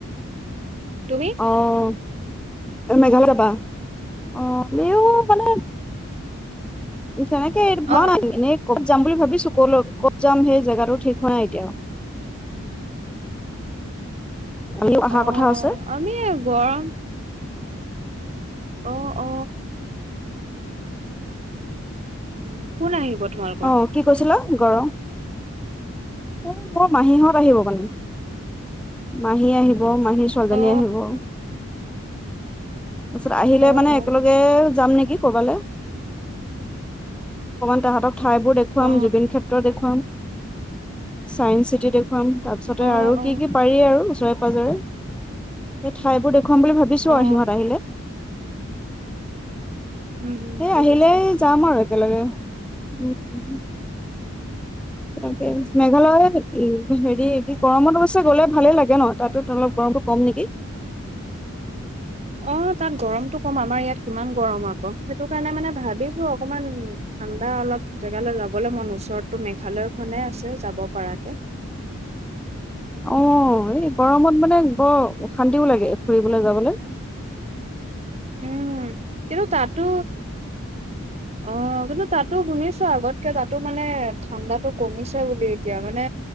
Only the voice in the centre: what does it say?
অহ মেঘালয় যাবা? অ মে অ মানত তেনেকে ভৰা
নাই দেখোন এনেকে কত যাম বুলি ভাবিছো ক'লৈ কত যাম সেই জেগাটো ঠিক হোৱা নাই এতিয়া। আমিও অহা
কথা আছে
অ কি কৈছিলা গৰম এ মোৰ মাহীহঁত আহিব মানে মাহী আহিব মাহী চজনী
আহিব। তাৰপিছত আহিলে
মানে
একেলগে যাম নেকি কৰবালৈ। অকমান তাহতৰ ঠাই বোৰ দেখুৱাম
জুবিন ক্ষেত্ৰ দেখুৱাম। চাইন্স চিটি দেখুৱাম তাৰ পিছতে
আৰু কি-কি
পাৰি আৰু ওচৰে <unintelligible> সেই ঠাইবোৰ দেখুৱাম বুলি ভাবিছো
আৰু সিহঁত আহিলে।
সেই
আহিলেই যাম আৰু একেলগে, উম-উম। তেনেকে
মেঘালয় হেৰি কি গৰমত অৱশ্যে গ'লে ভালে লাগে ন, তাতটো অলপ গৰমটো কম নেকি। <inaudible>
<inaudible> অ' এই গৰমত মানে বৰ অশান্তিও লাগে ফুৰিবলে যাবলে।